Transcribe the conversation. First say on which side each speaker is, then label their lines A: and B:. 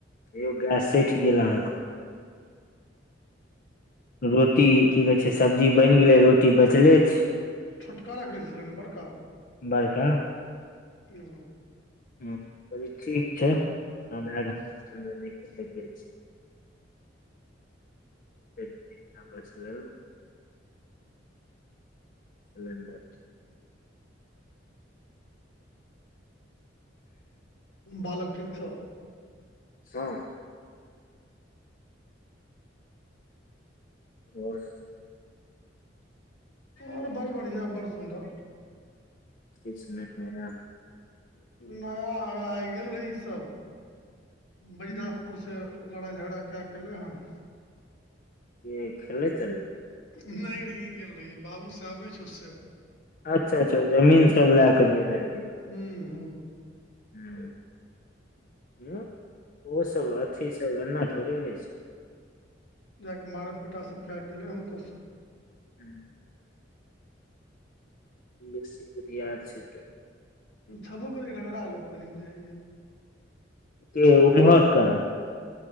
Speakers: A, on the left; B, on the left.
A: हेयो गैस सठि गेल अहाँकेँ रोटी कि कहै छै सब्जी बनि गेलै रोटी बचले छै
B: छोटका राखैने छी सलेण्डर बड़का।
A: बरका।
B: हू
A: ह कहलय ठीक छै आधा घंटा सँ लेन गेसे कऽ गेले बस ल <unintelligible> लैने छी। <unintelligible>
B: बालकऽ ठीक छौ
A: ह ओर।
B: ओर बड़ बढ़िआ बड़ सुंन्दर
A: किछ नय भैया
B: नया आबे आइ गेल रही ई सब
A: हूँ
B: बैजनाथपुर से लड़ाइ झगड़ा कए कऽ एलै हन
A: ई खेलै तेलै
B: नय रे ई गेल रहियै बाबू साहेब नय छौ से
A: अच्छा अच्छा जमीन सब लए कऽ गेल हेबही
B: हुँ हुँ
A: हुँ हुँ ओ सब अथी सब एना थोड़े होइ छै
B: जाकऽ मारण पिटा सब कए कऽ अलै हन ओतयसँ
A: <inaudible> बेसी बुधियार छै तऽ
B: छेबो करै रगड़ा लोक कनी बुझाइये
A: के उम्हर का